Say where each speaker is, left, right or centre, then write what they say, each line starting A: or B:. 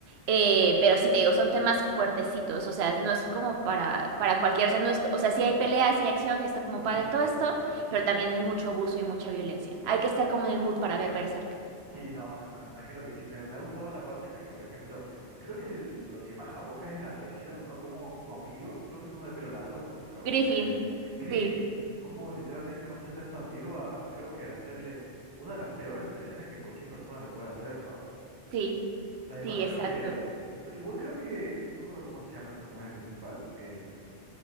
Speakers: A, on the right (about 65°); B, on the right (about 20°).
A: eh, pero sí te digo, son temas fuertecitos, o sea, no es como para, para cualquiera, o sea, no es, o sea, sí hay peleas, sí hay acción, sí está como
B: Sí,
A: padre
B: sí,
A: todo
B: sí.
A: esto, pero también hay mucho abuso y mucha violencia. Hay que estar como en el mood para ver Berserk.
B: Sí, no, me, me imagino que sí. Me, me ha gustado la parte en la que, por ejemplo, creo que lo que más aboca es en la traición, ¿no? Como su amigo, creo que es uno de pelo largo, con cab-
A: Griffin,
B: eh, Griffin,
A: sí,
B: como literalmente pasa a ser su amigo a, creo que hacerle una de las peores traiciones que cualquier persona le puede hacer, ¿no?
A: sí,
B: Además,
A: sí,
B: creo
A: exacto.
B: que, creo- igual creo que, no me acuerdo cómo se llama el personaje principal, el,